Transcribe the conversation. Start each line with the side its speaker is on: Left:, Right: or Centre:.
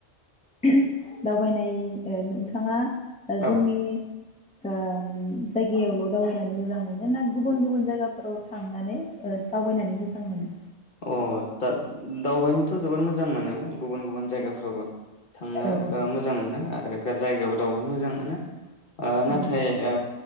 Centre: दावबायनाय ओ नोंथाङा ओ
Left: औ
Centre: जोंनि ओम जायगायावल' दावबायनानै मोजां मोनो ना गुबुन गुबुन जायगाफोराव थांनानै ओ दावबायनानै मोजां मोनो?
Left: अ दाद दावबायनोथ' जोबोद मोजां मोनो। गुबुन गुबुन जायगाफोरावबो थांनो
Centre: औ
Left: ओ मोजां मोनो आरो जायगायाव दावबायनो मोजां मोनो। आ नाथाय
Centre: औ
Left: आ